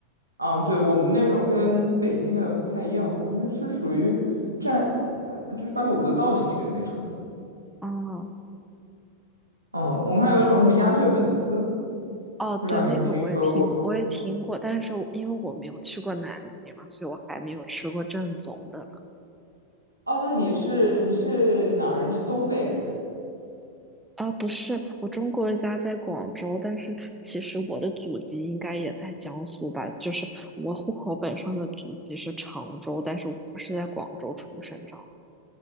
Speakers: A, on the right (about 85°); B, in the centre.
A: 嗯，对，我们那种跟北京的不太一样，我们那是属于蘸，呃就是把卤子倒进去的那种。
B: 嗯，
A: 嗯，我们还有那种什么鸭血粉丝，
B: 哦，
A: 不知道你有没有听说过？
B: 对，那个我也听，我也听过，但是我因为我没有去过南京嘛，所以我还没有吃过正宗的呢。
A: 哦，那你是你是哪儿人？你是东北人？
B: 啊，不是，我中国家在广州，但是其实我的祖籍应该也在江苏吧，就是我户口本上的祖籍是常州，但是我是在广州出生长的，